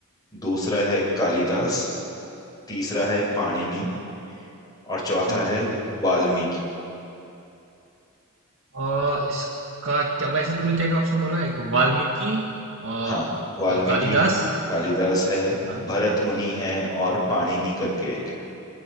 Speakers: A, on the left (about 20°); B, on the right (about 60°).
A: दूसरा है कालिदास तीसरा है पाणिनि और चौथा
B: हाँ
A: है वाल्मीकि
B: और इसका क्या वैसे तुमने क्या क्या ऑप्शन बोला एक वाल्मीकि और,
A: हाँ वाल्मीकि
B: और कालिदास
A: है कालिदास है
B: हाँ
A: भरत मुनि है और पाणिनि करके एक है